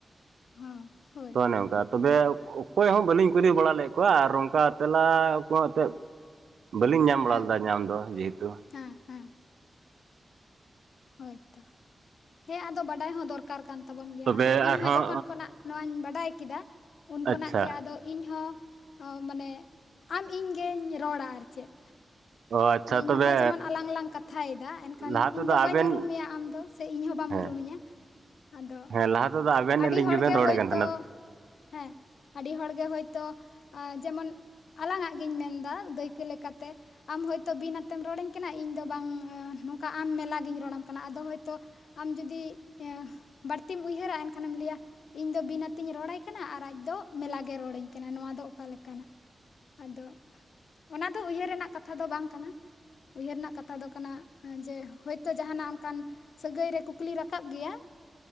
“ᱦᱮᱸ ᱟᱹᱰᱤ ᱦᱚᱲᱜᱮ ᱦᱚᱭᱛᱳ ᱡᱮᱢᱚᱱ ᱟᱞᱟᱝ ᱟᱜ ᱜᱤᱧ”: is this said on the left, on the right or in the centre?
Left